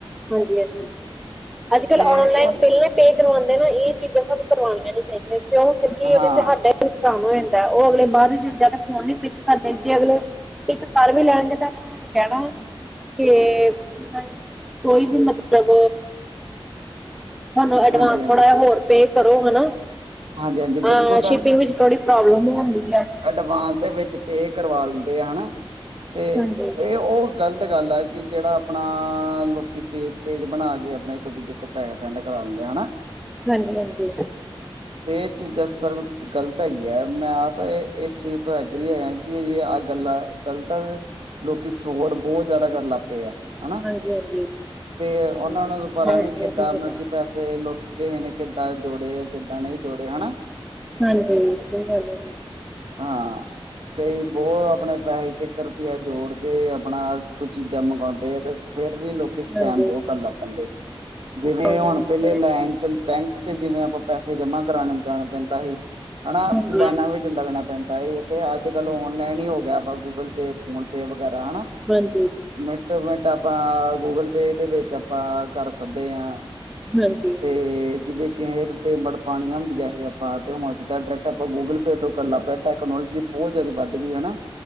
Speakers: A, in the centre; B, on the right.
A: ਹਾਂਜੀ-ਹਾਂਜੀ ਅੱਜ- ਕੱਲ
B: ਤੇ
A: ਔਨਲਾਈਨ
B: ਉਹ
A: ਪਇਲਾਂ ਪੇਅ ਕਰਵਾਦੇ ਨੇ ਏ ਚੀਜ਼ਾਂ ਸਾਨੂੰ ਕਰਵਾਣੀਆਂ ਨੀ ਚਾਹੀਦੀਆਂ ਕਿਉਂ ਕਿਉਂਕਿ
B: ਹਾਂ
A: ਇਹਦੇ ਚ ਹਾਡਾ ਨੁਕਸਾਨ ਹੋ ਜਾਂਦਾ, ਉਹ ਅਗਲੇ ਬਾਦ ਵਿ ਜਾ ਫੋਨ ਨੀ ਪਿੱਕ ਕਰਦੇ, ਜੇ ਅਗਲੇ ਪਿੱਕ ਕਰ ਵੀ ਲੈਣਗੇ ਤਾਂ ਉਹਨਾਂ ਨੇਂ ਹਾਨੂੰੰ ਕਿਹਣਾ ਕੇ <inaudible> ਕੋਈ ਵੀ ਮਤਲਬ ਸਾਨੂੰ ਐਡਵਾਂਸ
B: ਹਾਂਜੀ ਹਾਂਜੀ
A: ਥੋੜਾ ਜਾਂ
B: ਬਿਲ
A: ਹੋਰ ਪੇਅ ਕਰੋ ਹਨਾ,
B: ਹਾਂਜੀ ਹਾਂਜੀ
A: ਅ
B: ਬਿਲਕੁਲ
A: ਸ਼ਿਪਿੰਗ ਵਿੱਚ ਥੋੜੀ ਪ੍ਰੋਬਲਮ ਹੋਣ ਦੀ ਐ
B: ਅਡਵਾਂਸ ਦੇ ਵਿੱਚ ਪੇਅ ਕਰਵਾ ਲੈਂਦੇ ਆ ਹਨਾ, ਤੇ
A: ਹਾਂਜੀ
B: ਇਹ ਉਹ ਗ਼ਲਤ ਗੱਲ ਏ ਕਿ ਜਿਹੜਾ ਆਪਣਾਂ ਲੋਕੀਂ ਫੇਕ ਪੇਜ ਬਣਾ ਕੇ ਆਪਣੇ ਇੱਕ ਦੂਜੇ ਕੋ ਪੈਹੇ ਸੈਨਡ ਕਰਾਉਂਦੇ ਹਨਾ।
A: ਹਾਂਜੀ-ਹਾਂਜੀ।
B: ਤੇ ਇਹ ਚੀਜ਼ਾਂ ਸਰਬ ਗਲਤ ਹੈਗੀਆਂ, ਮੈਂ ਆਪ ਇਸ ਚੀਜ਼ ਤੋਂ ਐਗਰੀ ਹੈਗਾ ਕਿ ਐ ਗੱਲਾਂ ਗ਼ਲਤ, ਲੋਕੀ ਫਰੋਡ ਬਹੁਤ ਜ਼ਿਆਦਾ ਕਰਨ ਲੱਗ ਪੇ ਆ। ਹਨਾ,
A: ਹਾਂਜੀ ਹਾਂਜੀ
B: ਤੇ ਉਨਾਂ ਨੂੰ ਪਤਾ
A: ਬਹੁਤ
B: ਨੀ ਕਿੱਦਾਂ
A: ਬਹੁਤ ਜਿਆਦਾ
B: ਮਤਲਬ ਕੀ ਪੈਸੇ ਤੇ ਲੋਕ ਕਿਹਨੇ ਕਿੱਦਾਂ ਜੋੜੇ ਆ ਕਿੱਦਾਂ ਨਹੀਂ ਜੋੜੇ ਹਨਾ।
A: ਹਾਂਜੀ ਸਹੀ ਗੱਲ ਹੈ ਜੀ।
B: ਹਾਂ, ਕਈ ਬਹੁਤ ਆਪਣੇ ਪੈਹੇ ਇੱਕ- ਇੱਕ <inaudible> ਜੋੜ ਕੇ ਆਪਣਾ ਕੁਝ ਚੀਜ਼ਾਂ ਮੰਗਵਾਉਂਦੇ ਆ ਤੇ। ਫੇਰ ਵੀ ਲੋਕੀ ਸਕੈਮ
A: ਹਾਂਜੀ
B: ਬਹੁਤ ਕਰਨ ਲੱਗ ਪੈਂਦੇ, ਜਿਵੇਂ
A: ਹਾਂ
B: ਹੁਣ ਪਹਿਲੇ ਲੈਨ ਚ ਬੈਂਕ। ਜਿਵੇਂ ਆਪਾਂ ਪੈਸੇ ਜਮਾ ਕਰਾਣ ਜਾਣਾ ਪੈਂਦਾ ਹੀ ਹਨਾ
A: ਹਾਂਜੀ
B: ਲੈਨਾਂ ਵਿੱਚ। ਲੱਗਣਾ ਪੈਂਦਾ ਹੀ ਇਥੇ ਅੱਜ-ਕੱਲ ਔਨਲਾਈਨ ਈ ਹੋ ਗਿਆ ਵਾ ਗੂਗਲ ਪੇ, ਫੋਨ ਪੇ ਵਗੈਰਾ ਹਨਾ।
A: ਹਾਂਜੀ।
B: ਮਿੰਟੋ-ਮਿੰਟ ਆਪਾਂ ਗੂਗਲ ਪੇ ਦੇ ਵਿੱਚ ਆਪਾਂ। ਕਰ ਸਕਦੇ ਆ
A: ਹਾਂਜੀ,
B: ਤੇ ਜਿਵੇਂ ਕੇ। ਪੇਮੈਂਟ ਪਾਨਿਆ ਹੁੰਦੀਆਂ ਹੀ ਆਪਾਂ ਤੇ ਹੁਣ ਸਿੱਧਾ ਡਾਇਰੈਕਟ ਆਪਾਂ ਗੂਗਲ ਪੇ ਤੋਂ ਕਰਨ ਲੱਗ ਪੇ ਟੈਕਨੋਲੋਜੀ। ਬਹੁਤ ਜਾਦੀ ਵੱਧ ਗੀ ਹਨਾ।